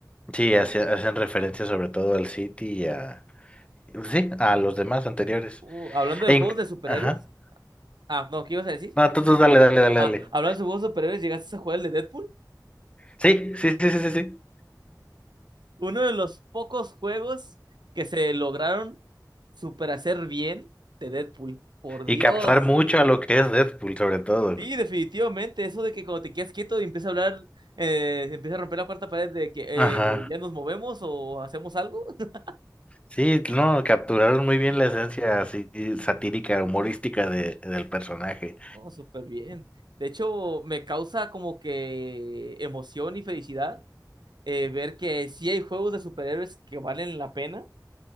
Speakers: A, on the left; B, on the right.
A: Sí, hace- hacen referencia sobre todo al City y a... Sí, a los demás anteriores.
B: Uh, hablando de
A: E
B: juegos
A: inc-
B: de superhéroes.
A: Ajá.
B: Ah, no, ¿qué ibas a decir?
A: No, tú, tú dale, dale, dale,
B: Ah,
A: dale.
B: hablando de juegos de superhéroes, ¿llegaste a jugar el de Deadpool?
A: Sí, sí, sí, sí, sí, sí.
B: uno de los pocos juegos que se lograron super hacer bien de Deadpool. Por
A: Y
B: Dios.
A: captar mucho a lo que es Deadpool, sobre todo.
B: Sí, definitivamente. Eso de que cuando te quedas quieto y empieza a hablar, eh, empieza a romper la cuarta pared de que
A: Ajá.
B: eh, ya nos movemos o hacemos algo. <laughs>
A: Sí, no, capturaron muy bien la esencia así satírica, humorística de, del personaje.
B: Oh, súper bien. De hecho, me causa como que emoción y felicidad eh, ver que sí hay juegos de superhéroes que valen la pena